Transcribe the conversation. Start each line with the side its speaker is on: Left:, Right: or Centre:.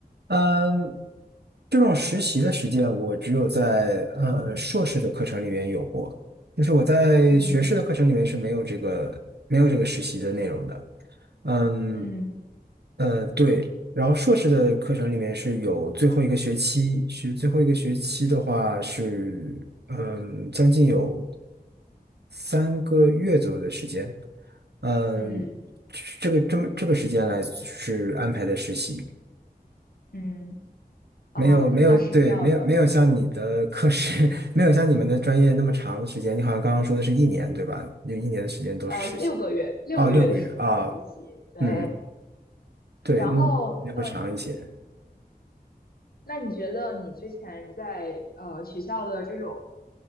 Right: 嗯，这种实习的实践，我只有在呃硕士的课程里面有过，就是我在学士的课程里面是没有这个没有这个实习的内容的。
Left: 嗯
Right: 嗯，
Left: 嗯
Right: 呃，对，然后硕士的课程里面是有最后一个学期，学最后一个学期的话是嗯将近有三个月左右的时间。嗯，
Left: 嗯
Right: 这个这么这个时间来是安排的实习。
Left: 嗯。啊，
Right: 没有没有对，
Left: 那那是这样的，
Right: 没有没有像你的课时，<laughs> 没有像你们的专业那么长的时间。你好像刚刚说的是一年，对吧？有一年的时间都是实习。
Left: 呃，六个月，六个月的时间实习，
Right: 哦，六个月啊，
Left: 对，
Right: 嗯，对，
Left: 然后，
Right: 嗯，那会长一些。
Left: 嗯、那你觉得你之前在呃学校的这种